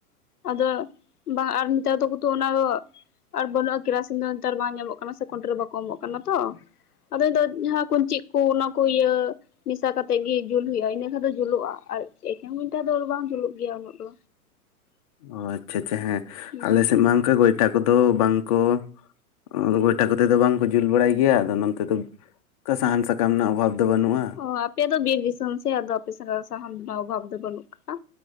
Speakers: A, on the left; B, on the left.
A: ᱟᱫᱚ ᱵᱟᱝ ᱟᱨ ᱱᱮᱛᱟᱨ ᱠᱤᱛᱩ ᱚᱱᱟ ᱟᱨ ᱵᱟᱱᱩᱜ-ᱟ᱾ ᱠᱮᱨᱟᱥᱤᱱ ᱫᱚ ᱱᱮᱛᱟᱨ ᱵᱟᱝ ᱧᱟᱢᱚᱜ ᱠᱟᱱᱟ ᱥᱮ ᱠᱳᱱᱴᱮᱞ ᱨᱮ ᱵᱟᱠᱚ ᱮᱢᱚᱜ ᱠᱟᱱᱟ ᱛᱚ᱾ ᱟᱫᱚ ᱱᱤᱛᱚᱜ ᱡᱟᱦᱟᱸ ᱠᱚᱧ ᱪᱮᱫ ᱠᱚ ᱚᱱᱟ ᱠᱚ ᱤᱭᱟᱹ ᱢᱮᱥᱟ ᱠᱟᱛᱮᱜ ᱜᱮ ᱡᱩᱞ ᱦᱩᱭᱩᱜ-ᱟ ᱤᱱᱟᱹ ᱠᱷᱟᱱ ᱫᱚ ᱡᱩᱞᱩᱜ-ᱟ, ᱟᱨ ᱮᱠᱮᱱ ᱜᱚᱭᱴᱟ ᱫᱚ ᱵᱟᱝ ᱡᱩᱞᱩᱜ ᱜᱮᱭᱟ ᱩᱱᱟᱹᱜ ᱫᱚ᱾
B: ᱚ ᱟᱪᱪᱷᱟ ᱟᱪᱪᱷᱟ ᱦᱮᱸ,
A: ᱦᱩᱸ
B: ᱟᱞᱮ ᱥᱮᱫ ᱢᱟ ᱚᱱᱠᱟ ᱜᱚᱭᱴᱟ ᱠᱚᱫᱚ ᱵᱟᱝ ᱠᱚ ᱟᱫᱚ ᱜᱭᱴᱷᱟ ᱠᱚᱛᱮ ᱫᱚ ᱵᱟᱝ ᱠᱚ ᱡᱩᱞ ᱵᱟᱲᱟᱭ ᱜᱮᱭᱟ ᱟᱫᱚ ᱱᱚᱱᱛᱮ ᱫᱚ᱾ ᱚᱱᱠᱟ ᱥᱟᱦᱟᱱ ᱥᱟᱠᱟᱢ ᱨᱮᱱᱟᱜ ᱚᱵᱷᱟᱵᱽ ᱫᱚ ᱵᱟᱹᱱᱩᱜᱼᱟ᱾
A: ᱚ ᱟᱯᱮ ᱫᱚ ᱵᱤᱨ ᱫᱤᱥᱚᱢ ᱥᱮ ᱟᱫᱚ ᱟᱯᱮ ᱥᱮᱱᱟᱜ ᱥᱟᱦᱟᱱ ᱨᱮᱱᱟᱜ ᱚᱵᱷᱟᱵ ᱫᱚ ᱵᱟᱹᱱᱩᱜ ᱠᱟᱜ-ᱟ᱾